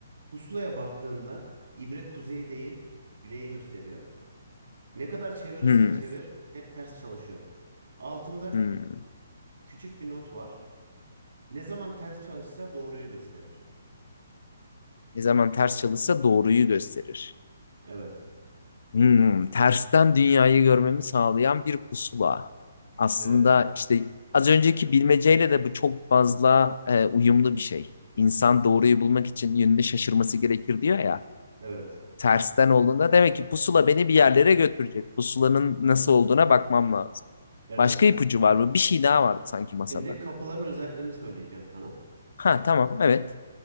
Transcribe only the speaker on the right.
Pusulaya baktığında ibre kuzey değil güneyi gösteriyor. Ne kadar çevirirsen
çevir hep ters çalışıyor. Altında
küçük bir not var. Ne zaman ters çalışsa doğruyu gösterir.
Evet,
evet,
evet,
evet.
Şimdi kapıların özelliklerini söyleyeceğim sana.